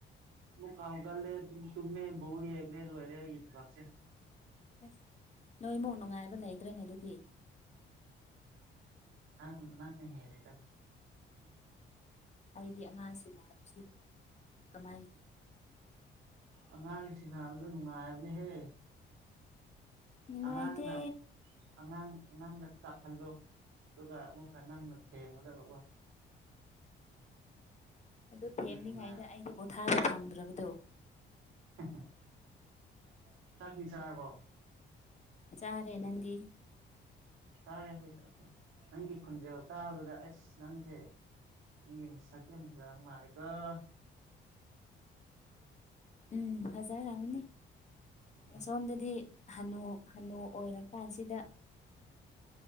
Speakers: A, on the right; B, on the left.
A: ꯑꯃꯨꯛ ꯍꯥꯎꯒꯜꯂꯦ ꯑꯗꯨꯝ ꯇꯨꯝꯃꯦ ꯕꯣꯜ ꯌꯦꯡꯉꯦ ꯂꯣꯏꯔꯦ ꯑꯩ ꯊꯕꯛꯁꯦ
B: ꯑꯁ ꯅꯣꯏꯃꯨꯛ ꯅꯨꯡꯉꯥꯏꯕ ꯂꯩꯇ꯭ꯔꯦꯅꯦ ꯑꯗꯨꯗꯤ
A: ꯅꯪ ꯅꯪꯅ ꯍꯦꯜꯂꯦꯗ
B: ꯑꯩꯒꯤ ꯑꯉꯥꯡꯁꯤ ꯂꯥꯛꯁꯤꯕ ꯀꯃꯥꯏꯅ
A: ꯑꯉꯥꯡꯁꯤꯡ ꯍꯥꯏꯕꯗꯣ ꯅꯨꯡꯉꯥꯏꯕꯅꯦꯍꯦ
B: ꯅꯨꯡꯉꯥꯏꯗꯣꯏꯕ ꯅꯨꯡꯉꯥꯏꯇꯦ
A: ꯑꯉꯥꯡꯗ ꯑꯉꯥꯡ ꯑꯉꯥꯡꯗ ꯀꯥꯞꯍꯜꯂꯣ ꯑꯗꯨꯒ ꯑꯃꯨꯛ ꯅꯪꯅ ꯊꯦꯡꯒꯗꯕꯀꫭ
B: ꯑꯗꯨ
A: ꯑꯗꯨꯅ
B: ꯊꯦꯝꯂꯤꯉꯥꯏꯗ
A: ꯅꯨꯡꯉꯥꯏ
B: ꯑꯩꯗꯤ ꯄꯣꯊꯥꯕ ꯐꯪꯗ꯭ꯔꯕꯗꯣ
A: <unintelligible> ꯆꯥꯛꯇꯤ ꯆꯔꯕꯣ
B: ꯆꯥꯔꯦ ꯅꯪꯗꯤ
A: ꯆꯥꯔꯦ ꯍꯥꯏꯁꯦ ꯅꯪꯒꯤ ꯈꯨꯟꯖꯦꯜ ꯇꯥꯕꯗ ꯑꯁ ꯅꯪꯁꯦ <unintelligible>
B: ꯎꯝ ꯐꯖꯔꯅꯤ
A: ꯎꯝ
B: ꯁꯣꯝꯗꯗꯤ ꯍꯥꯅꯣ ꯍꯅꯨ ꯑꯣꯏꯔꯀꯥꯟꯁꯤꯗ